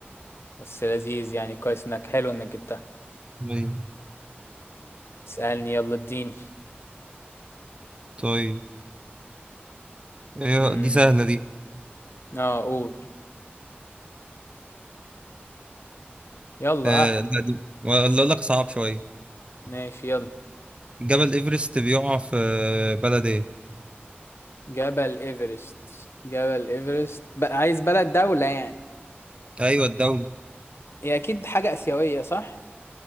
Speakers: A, on the left; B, on the right.
A: بس لذيذ يعني كويس إنك حلو إنك جبتها
B: أيوة.
A: اسألني يلا اديني
B: طيب ايه
A: امم
B: دي سهلة دي
A: اه قول يلا
B: أه
A: ها
B: لا دي ولا اقول لك صعب شوية
A: ماشي يلا
B: جبل ايفرست بيقع في بلد ايه
A: جبل إيفرست جبل إيفرست بقى عايز بلد دولة يعني
B: ايوه الدولة
A: هي أكيد حاجة آسيوية صح؟